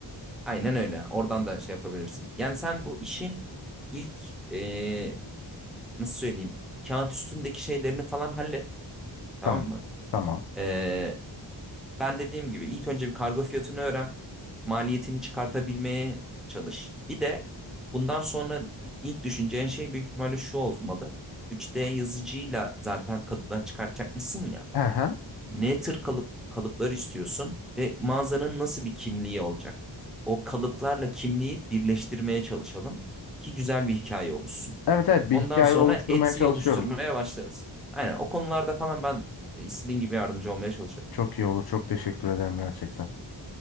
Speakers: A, in the centre; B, on the left.
A: Aynen öyle. Oradan da şey yapabilirsin. Yani sen bu işin ilk e, nasıl söyleyeyim kağıt üstündeki şeylerini falan hallet tamam
B: Tamam.
A: mı?
B: Tamam.
A: Ee, ben dediğim gibi ilk önce bir kargo fiyatını öğren. Maliyetini çıkartabilmeye çalış. Bir de bundan sonra ilk düşüneceğin şey büyük ihtimalle şu olmalı. 3D yazıcıyla zaten kalıplar çıkartacak mısın ya?
B: Hı hı.
A: Ne tür kalıp kalıplar istiyorsun ve mağazanın nasıl bir kimliği olacak? O kalıplarla kimliği birleştirmeye çalışalım ki güzel bir hikaye oluşsun.
B: Evet evet bir
A: Ondan
B: hikaye
A: sonra
B: oluşturmaya
A: Etsy'yi
B: çalışıyorum.
A: oluşturmaya başlarız. Aynen o konularda falan ben e, istediğin gibi yardımcı olmaya çalışırım.
B: Çok iyi olur. Çok teşekkür ederim gerçekten.